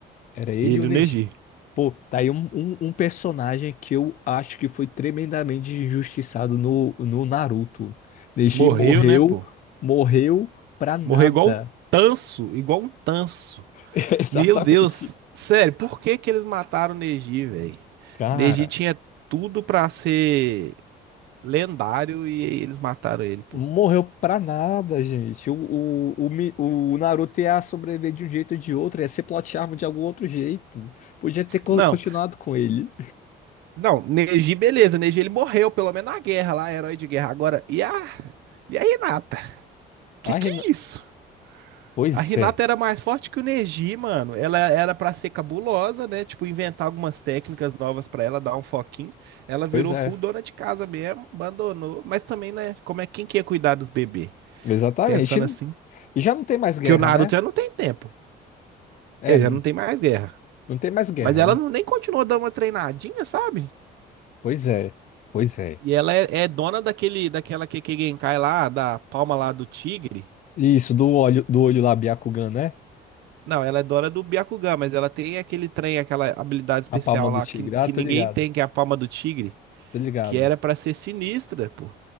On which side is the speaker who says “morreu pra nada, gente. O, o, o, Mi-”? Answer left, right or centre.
Left